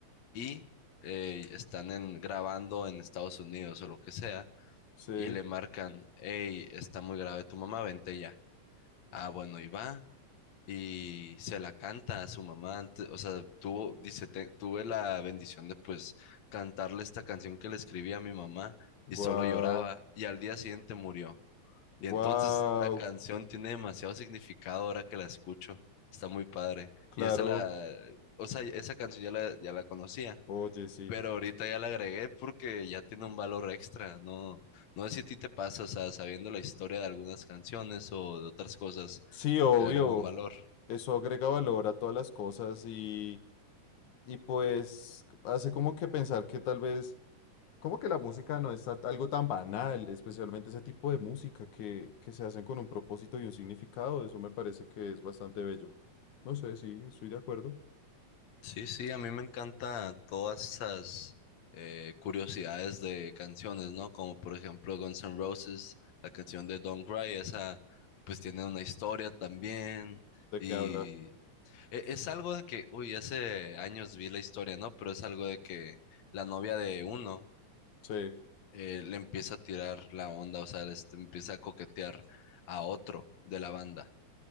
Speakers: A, on the left; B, on the left.
A: y eh, están en, grabando en Estados Unidos o lo que sea
B: sí,
A: y le marcan, hey, está muy grave tu mamá, vente ya. Ah, bueno, y va. y se la canta a su mamá antes, o sea, tuvo, dice, "Te- tuve la bendición de pues cantarle esta canción que le escribí a mi mamá
B: guau,
A: y solo lloraba y al día siguiente murió. Y
B: guau,
A: entonces la canción tiene demasiado significado ahora que la escucho, está muy padre.
B: claro,
A: Y esa la, o sea, esa canción ya la, ya la conocía.
B: oye, sí.
A: Pero ahorita ya la agregué porque ya tiene un valor extra, ¿no? No sé si a ti te pasa, o sea, sabiendo la historia de algunas canciones o de otras cosas,
B: Sí, obvio,
A: le agrega un valor.
B: eso agrega valor a todas las cosas y, y pues hace como que pensar que tal vez Como que la música no es ta- algo tan banal, especialmente ese tipo de música que, que se hacen con un propósito y un significado? Eso me parece que es bastante bello. No sé, sí, estoy de acuerdo.
A: Sí, sí, a mí me encanta todas esas eh, curiosidades de canciones, ¿no? Como por ejemplo Guns N' Roses, la canción de Don't Cry, esa pues tiene una historia también
B: ¿De
A: y
B: qué habla?
A: e- es algo de que, uy, hace años vi la historia, ¿no? Pero es algo de que la novia de uno
B: Sí,
A: eh, le empieza a tirar la onda, o sea, le est- empieza a coquetear a otro de la banda